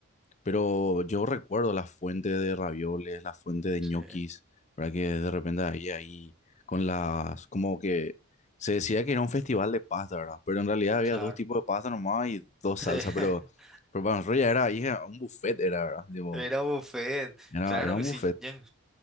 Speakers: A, on the left; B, in the centre.
A: Pero yo recuerdo las fuentes de ravioles, las fuentes de
B: Sí,
A: ñoquis, ¿verdad? Que de repente ahí, ahí, con las, como que se decía que era un festival de pasta, ¿verdad? Pero en realidad había
B: claro.
A: dos tipos de pasta nomás y dos
B: Sí,
A: salsas,
B: <laughs>
A: pero, pero para nosotros ya era, ahí era un buffet, era, ¿verdad? Digo,
B: era un buffet.
A: era,
B: Claro
A: era un
B: que sí.
A: buffet
B: ya-